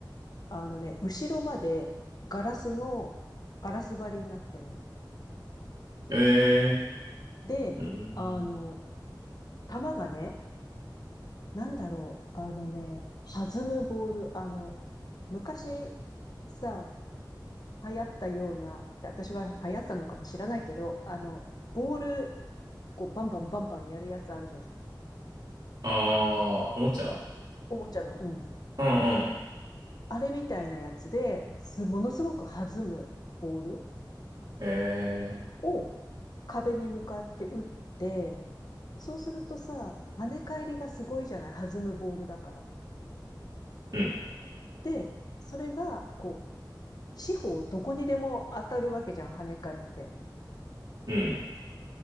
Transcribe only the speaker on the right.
ええ
ー。うん。
ああ、おもちゃ
うんうん。
ええ
ー。うん。
うん。